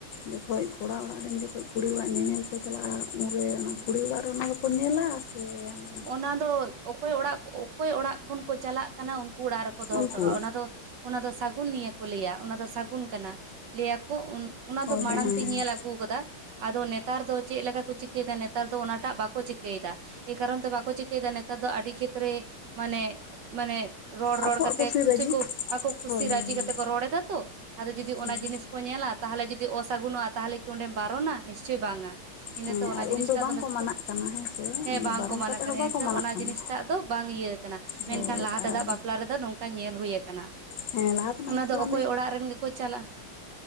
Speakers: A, on the left; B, on the right.
A: ᱡᱚᱠᱷᱚᱱ ᱠᱚᱲᱟ ᱚᱲᱟᱜ ᱨᱮᱱ ᱡᱚᱠᱷᱚᱱ ᱠᱩᱲᱤ ᱚᱲᱟᱜ ᱧᱮᱧᱮᱞ ᱠᱚ ᱪᱟᱞᱟᱜᱼᱟ ᱩᱱᱨᱮ ᱚᱱᱟ ᱠᱩᱲᱤ ᱚᱲᱟᱜ ᱨᱮ ᱚᱱᱟ ᱫᱚᱠᱚ ᱧᱮᱞᱟ᱾ ᱥᱮᱛᱟ ᱟᱜ,
B: ᱚᱱᱟ ᱫᱚ ᱚᱠᱚᱭ ᱚᱲᱟᱜ ᱚᱠᱚᱭ ᱚᱲᱟᱜ ᱠᱷᱚᱱ ᱠᱚ ᱪᱟᱞᱟᱜ, ᱠᱟᱱᱟ ᱩᱱᱠᱩ ᱚᱲᱟᱜ ᱨᱮᱠᱚ ᱫᱚᱦᱚ
A: ᱩᱱᱠᱩ
B: ᱦᱚᱴᱚ ᱠᱟᱜᱼᱟ ᱚᱱᱟ ᱫᱚ, ᱚᱱᱟ ᱫᱚ ᱥᱟᱹᱜᱩᱱ ᱱᱤᱭᱟᱹ ᱠᱚ ᱞᱟᱹᱭᱟ ᱚᱱᱟ ᱫᱚ ᱥᱟᱹᱜᱩᱱ ᱠᱟᱱᱟ ᱞᱟᱹᱭ ᱟᱠᱚ ᱩᱱ, ᱚᱱᱟ
A: ᱦᱳᱭ
B: ᱫᱚ ᱢᱟᱲᱟᱝ
A: ᱦᱮᱸ ᱦᱮᱸ
B: ᱛᱮᱧ
A: ᱦᱮᱸ
B: ᱧᱮᱞ ᱟᱹᱜᱩ ᱠᱟᱫᱟ ᱟᱫᱚ ᱱᱮᱛᱟᱨ ᱫᱚ ᱪᱮᱫ ᱞᱮᱠᱟ ᱠᱚ ᱪᱤ ᱪᱤᱠᱟᱹᱭᱟ ᱱᱮᱛᱟᱨ ᱫᱚ ᱚᱱᱟᱴᱟᱜ ᱵᱟᱠᱚ ᱪᱤᱠᱟᱹᱭᱮᱫᱟ᱾ ᱠᱟᱨᱚᱱ ᱛᱮ ᱵᱟᱠᱚ ᱪᱤᱠᱟᱹᱭᱮᱫᱟ ᱱᱮᱛᱟᱨ ᱫᱚ ᱟᱹᱰᱤ ᱠᱷᱮᱛᱨᱮ ᱢᱟᱱᱮ ᱢᱟᱱᱮ, ᱨᱚᱲ ᱨᱚᱲ
A: ᱟᱠᱚᱣᱟᱜ
B: ᱠᱟᱛᱮᱜ ᱠᱩᱥᱤ
A: ᱨᱟᱹᱡᱤ
B: ᱠᱚ ᱟᱠᱚ ᱠᱩᱥᱤ
A: ᱦᱳᱭ
B: ᱨᱟᱹᱡᱤ
A: ᱦᱳᱭ ᱦᱮᱸ
B: ᱠᱟᱛᱮᱜ ᱠᱚ ᱨᱚᱲ ᱮᱫᱟ ᱛᱚ ᱟᱫᱚ ᱡᱩᱫᱤ
A: ᱦᱮᱸ
B: ᱚᱱᱟ ᱡᱤᱱᱤᱥ ᱠᱚ ᱧᱮᱞᱟ ᱛᱟᱦᱚᱞᱮ ᱡᱩᱫᱤ ᱚ ᱥᱟᱹᱜᱩᱱᱚᱜᱼᱟ ᱛᱟᱦᱚᱞᱮ ᱠᱤ ᱚᱸᱰᱮᱢ ᱵᱟᱨᱚᱱᱟ ᱱᱤᱥᱪᱚᱭ ᱵᱟᱝᱟ᱾ ᱤᱱᱟᱹ
A: ᱦᱮᱸ
B: ᱛᱮ ᱚᱱᱟ
A: ᱟᱨ
B: ᱡᱤᱱᱤᱥ
A: ᱩᱱᱫᱚ
B: ᱴᱟᱜ
A: ᱵᱟᱝᱠᱚ
B: ᱫᱚ ᱱᱤᱛᱚᱜ
A: ᱢᱟᱱᱟᱜ
B: ᱫᱚ
A: ᱠᱟᱱᱟ ᱦᱮᱸᱥᱮ
B: ᱦᱮᱸ
A: ᱩᱱᱫᱚ
B: ᱵᱟᱝ
A: ᱵᱟᱨᱚᱱ
B: ᱠᱚ ᱢᱟᱱᱟᱜ
A: ᱠᱟᱛᱮᱫ
B: ᱠᱟᱱᱟ
A: ᱦᱚᱸ ᱵᱟᱠᱚ
B: ᱮᱭᱛᱚ
A: ᱢᱟᱱᱟᱜ
B: ᱚᱱᱟ
A: ᱠᱟᱱᱟ
B: ᱡᱤᱱᱤᱥ ᱴᱟᱜ ᱛᱚ ᱵᱟᱝ ᱤᱭᱟᱹ ᱠᱟᱱᱟ᱾ ᱢᱮᱱᱠᱷᱟᱱ
A: ᱦᱳᱭ
B: ᱞᱟᱦᱟ ᱛᱮᱫᱟᱜ
A: ᱟᱨ
B: ᱵᱟᱯᱞᱟ ᱨᱮᱫᱚ ᱱᱚᱝᱠᱟ ᱧᱮᱞ ᱦᱩᱭ ᱟᱠᱟᱱᱟ᱾
A: ᱦᱮᱸ ᱞᱟᱦᱟ ᱛᱮᱱᱟᱜ
B: ᱚᱱᱟ
A: ᱵᱟᱯᱞᱟ
B: ᱫᱚ ᱚᱠᱚᱭ ᱚᱲᱟᱜ ᱨᱮᱱ ᱜᱮᱠᱚ ᱪᱟᱞᱟᱜ,